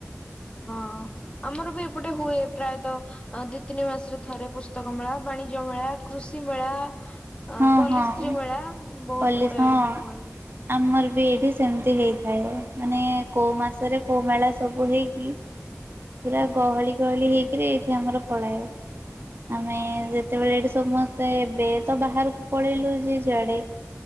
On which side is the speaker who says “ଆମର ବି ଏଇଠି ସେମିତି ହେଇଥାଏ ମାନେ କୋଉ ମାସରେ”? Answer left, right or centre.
Right